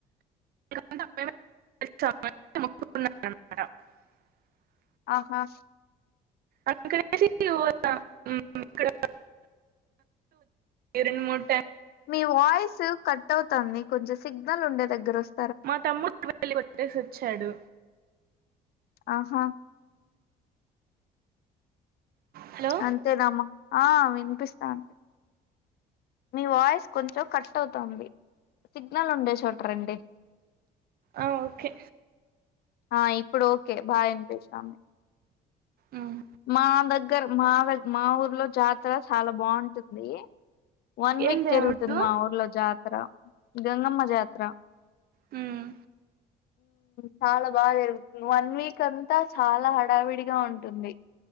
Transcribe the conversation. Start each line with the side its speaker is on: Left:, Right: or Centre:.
Right: <unintelligible>
Left: ఆహా
Right: అకసి <unintelligible> హ్మ్ ఇక్కడ రెండు మూడ్ ట్యాంక్
Left: మీ వాయిస్ కట్ అవుతాంది కొంచం సిగ్నల్ ఉండే దగ్గ వం స్తే
Right: మా తమ్ముడ్ <unintelligible> కొట్టేసి వచ్చాడు
Left: ఆహా
Right: హలో
Left: అంతేనమ్ ఆ ఇన్ పిస్తాంది మీ వాయిస్ కొంచెం కట్ అవుతుంది సిగ్నల్ ఉండే చోట రండి
Right: ఆ ఓకే
Left: ఆ ఇప్పుడు ఓకే బాగా ఇన్పిస్తాంది
Right: ఉమ్.
Left: మా దగ్గ మా వెల్ మా ఊర్లో జాతర చాలా బాగుం టుంది వన్
Right: ఏం
Left: వీక్
Right: దేవుడు
Left: జరుగుతుంది మా ఊర్లో జాతర గంగమ్మ జాతర
Right: మ్మ్
Left: ఆ చాలా బాగా జరుగుతుంది వన్ వీక్ అంతా చాలా హడావిడిగా ఉంటుంది